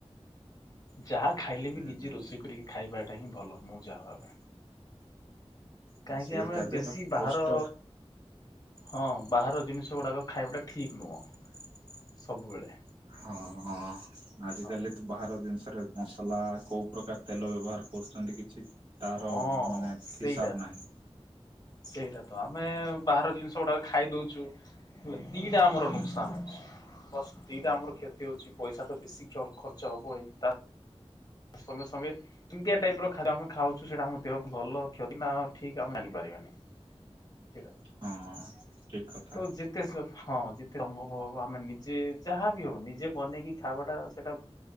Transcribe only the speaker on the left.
ଯାହା ଖାଇଲେ
ବି ନିଜେ
ରୋଷେଇ କରିକି ଖାଇବାଟା ହିଁ ଭଲ ମୁଁ ଯାହା ଭାବେ।
କାହିଁକି
ଆମେ
ବେଶୀ
ବାହାର
ହଁ ବାହାର ଜିନିଷ ଗୁଡ଼ାକ ଖାଇବାଟା ଠିକ୍ ନୁହଁ ସବୁବେଳେ।
ହଁ
ହଁ
ସେଇଟା।
ସେଇଟା ତ ଆମେ ବାହାର ଜିନିଷ ଗୁଡାକ ଖାଇ ଦୋଉଚୁ। ହେଲେ ଦିଟା ଆମର
ନୁକସାନ ଅଛି। ମଷ୍ଟ ଦିଟା ଆମର କ୍ଷତି ହଉଛି ପଇସା ତ ବେଶୀ ଖର୍ଚ୍ଚ ହବ, ଏଇ ତା ସଙ୍ଗେ ସଙ୍ଗେ କେମିତିଆ ଟାଇପ ର ଖା୍ୟ ଆମେ ଖାଉଚ ସେଟା ଆମ ଦେ ଭଲ କ୍ଷତି ନା ଠିକ ଆମେ ଜାଣିପାରିବାନି। ସେଟା
ତ ଯେତେ ତେ ହଁ ଯେତେ ଅନଭବ ହବ ଆମେ ନିଜେ ଯାହା ବି ହଉ ନିଜେ ବନେଇକି ଖାଇବାଟା ସେଇଟା